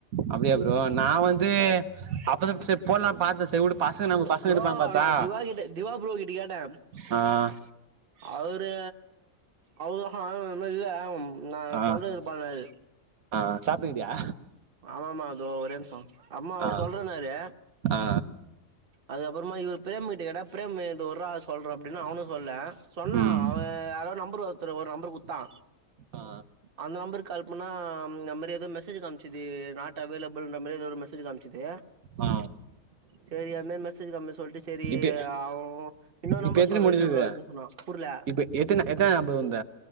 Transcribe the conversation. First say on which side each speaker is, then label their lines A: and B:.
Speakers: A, on the right (about 90°); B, on the right (about 45°).
A: அப்டியா ப்ரோ நா வந்து அப்பதா சேர் போடாலாம் பாத்தே சேர் விடு பசங்க நம்ம பசங்க
B: ப்ரோ
A: இருப்பாங்கனு பாத்தா
B: நா திவா கிட்ட திவா ப்ரோ கிட்ட கேட்டே
A: ஆ
B: அவரு ஆ ஆ இல்ல நா
A: ஆ
B: சொல்றது இருப்பாங்க அது
A: ஆ சாப்டுருக்கியா
B: ஆமாமா அது ஒரேநிம்சோ அம்மா அவரு
A: ஆ
B: சொல்றேனாரு
A: ஆ
B: அதுக்கப்புறமா இவர் ப்ரேம் கிட்ட கேட்டா ப்ரேம் து ஒர்ரா சொல்ற அப்டின்னு அவனு சொல்லல சொன்னா
A: ம்
B: அவ அ யாரோ நம்பர் ஒருத்தரு ஒரு நம்பர் குத்தா
A: ஆ
B: அந்த நம்பருக் கால் பண்ணா இந்த மாரி ஏதோ மெசேஜ் காம் ச்சுது நாட் அவைலபிள்ன மாரி ஏதோ ஒரு மெசேஜ் காம்ச்சுது
A: ஆ
B: சேரி அந்த மெசேஜ் <unintelligible> சொல்ட்டு சேரி
A: இப்ப
B: அவ இன்னொரு
A: இப்ப
B: நம்பர்
A: எத்தன
B: சொல்ற
A: முடிஞ்சது
B: இதிலிருந்து கால் பண்ண சொன்னா புர்ல
A: இப்ப எத்தன எத்தன <unintelligible> வந்த